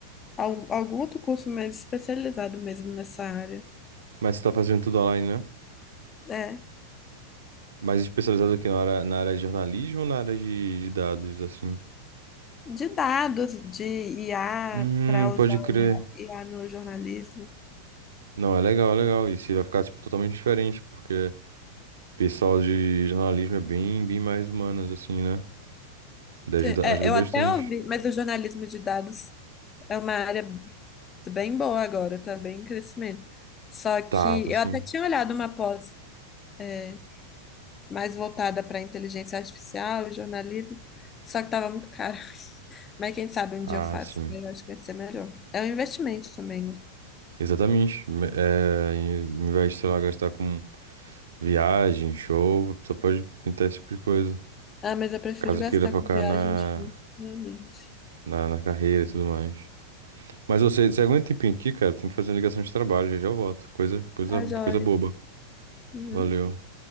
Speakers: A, on the left; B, on the right.
A: algum, algum outro curso mais especializado mesmo nessa área.
B: Mas você tá fazendo tudo online, né?
A: É.
B: Mais especializado aqui na área, na área de jornalismo ou na área de, de dados, assim?
A: de dados de IA
B: Hum,
A: para
B: pode
A: usar
B: crer.
A: o IA no jornalismo.
B: Não, é legal, é legal. E se vai ficar, tipo, totalmente diferente, porque o pessoal de jornalismo é bem, bem mais humanas, assim, né? Daí
A: Tem-
B: ajuda,
A: é,
B: ajuda
A: eu
B: bastante.
A: até ouvi, mas o jornalismo de dados é uma área bem boa agora, tá bem em crescimento. Só que
B: Tá, tá sim.
A: eu até tinha olhado uma pós é, mais voltada para inteligência artificial e jornalismo, só que estava muito caro. <laughs> Mas quem sabe um
B: Ah,
A: dia eu faço,
B: sim.
A: que eu acho que vai ser melhor. É um investimento também, né?
B: Exatamente. Me- É, em- em vez de, sei lá, gastar com viagem, show, a pessoa pode tentar esse tipo de coisa.
A: Ah, mas eu prefiro
B: Caso
A: gastar
B: queira focar
A: com viagens,
B: na,
A: realmente.
B: na, na carreira e tudo mais. Mas você, você aguenta um tempinho aqui, cara, tem que fazer uma ligação de trabalho, já já eu volto. Coisa, coisa,
A: Tá joia.
B: coisa boba.
A: Uhum.
B: Valeu.